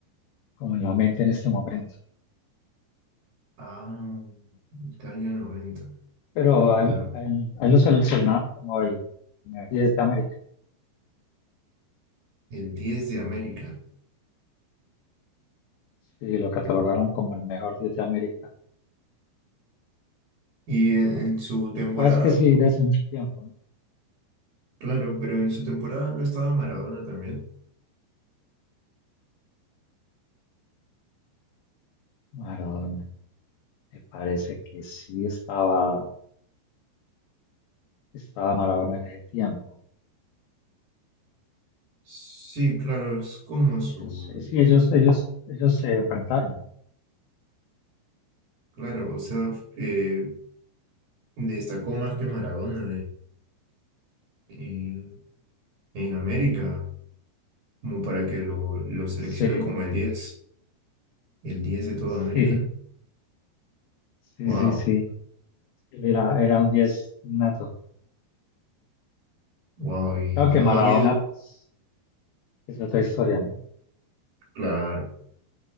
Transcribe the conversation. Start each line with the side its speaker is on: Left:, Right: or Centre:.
Left: como en la mente en este momento.
Right: Ah, Italia noventa
Left: Pero a
Right: la-
Left: él, a él- a él lo seleccionaron como el mejor 10 de América
Right: el 10 de América.
Left: y lo catalogaron como el mejor 10 de América.
Right: Y en, en su temporada,
Left: Lo que pasa es que sí, de hace mucho tiempo, ¿no?
Right: claro, pero en su temporada no estaba Maradona también.
Left: Maradona, me parece que sí estaba, estaba Maradona en ese tiempo.
Right: Sí, claro, es como su,
Left: Ellos, eh, sí, ellos, ellos, ellos se enfrentaron.
Right: claro, o sea, eh, destacó más que Maradona en, en América, como para que lo, lo seleccionen
Left: Sí,
Right: como el diez el diez de toda
Left: sí,
Right: América.
Left: sí,
Right: Wow,
Left: sí, sí. Él Era, era un 10 nato.
Right: wow, y
Left: Claro
Right: no
Left: que Maradona
Right: ha habido,
Left: pues, es otra historia, ¿no?
Right: claro,